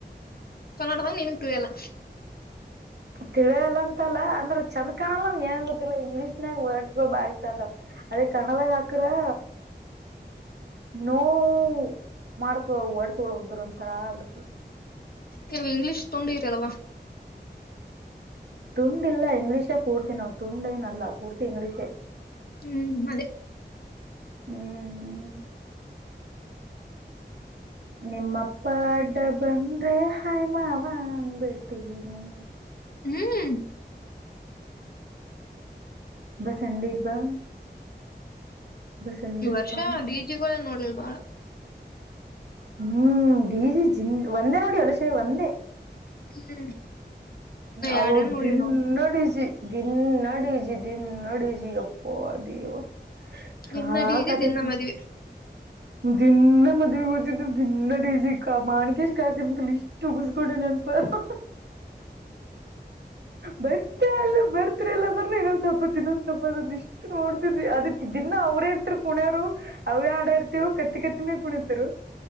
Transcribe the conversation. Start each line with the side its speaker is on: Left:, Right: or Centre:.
Left: ಕನ್ನೋಡದಾಗ್ ಏನು ತಿಳ್ಯಲ್ಲ
Right: ತಿಳ್ಯಲ್ಲ ಅಂತಲ್ಲ ಅಂದ್ರೆ ಚಂದ್ ಕಾಣಲ್ಲ ಏನ ಗೊತ್ತಿಲ್ಲ ಇಂಗ್ಲೀಷ್ ನಾಗ್ ವರ್ಡ್ಸ್ಗಳು ಬಾ ಅದೇ ಕನ್ನಡ್ದಾಗ್ ಹಕರೆ ನೋ ವ್ ಮಾಡ್ತದ ಹೊಡ್ಸಗಳ್ ಒಂದ್ ಒಂತರ ಬಿಡ್ -
Left: ನೀವು ಇಂಗ್ಲೀಷ್ ತೊಂಡ್ <unintelligible>
Right: ತುಂಡ್ ಇಲ್ಲ ಇಂಗ್ಲಿಷೇ ಪೂರ್ತಿ ನಾವ್ ತುಂಡ ಏನಲ್ಲ ಪೂರ್ತಿ ಇಂಗ್ಲೀಷೇ.
Left: ಹ್ಮ್ ಅದೇ
Right: ಹ್ಮ್ ನಿಮ್ಮಪ್ಪ ಅಡ್ಡ ಬಂದ್ರೆ ಹಾಯ್ ಮಾವ ಅನ್ಬಿಡ್ತಿದೀನಿ.
Left: ಹ್ಮ್
Right: ಬಸಂಡಿ ಬಾ ಬಸಂಡಿ
Left: ಈ ವರ್ಷ
Right: ಬಾ
Left: ಡಿ ಜಿಗಳೇ ನೋಡ್ಲಿಲ್ ಬಾಳ
Right: ಹ್ಮ್ ಡಿಜಿ ಜಿಂದ್ ಒಂದೇ ನೋಡಿ ಹೊಲ ಶೆ ಒಂದೇ
Left: ಹ್ಮ್
Right: ಅವಾಗ್
Left: ಎರಡೇನ್ ನೋಡಿವ್
Right: <unintelligible>
Left: ನಾವು
Right: ಡಿಜಿ ದಿನ್ನ ಡಿಜಿ ದಿನ್ನ ಡಿಜಿ ಯಪ್ಪ ದೇವ. ಹಾ
Left: ದಿನ
Right: <unintelligible>
Left: ಡಿ ಜಿ ದಿನ ಮದ್ವಿ
Right: ದಿನ್ನ ಮದ್ವೆ ಹೊಗ್ತಿದ್ದೊ ದಿನ್ನ ಡಿ ಜಿ <unintelligible> ಇಷ್ಟು ಕುಡೆ ನೆನ್ಪ ಹಾ ಬರ್ತ ಎಲ್ಲ ಬರ್ತ್ರಿರ ಇಲ್ಲ ಬನ್ನಿ ಇನ್ನೊಂದ ಸ್ವಲ್ಪ ತಿನ್ನದ್ <unintelligible> ಇಷ್ಟ್ ನೋಡ್ತಿದ್ವಿ ಅದಕ್ ದಿನ್ನ ಅವ್ರೇ ಇರ್ತರ್ ಪುಣೆಯಾವ್ರು ಅವೇ ಆಡ ಇರ್ತಿವಿ ಕ <unintelligible> ಕುಣಿತರು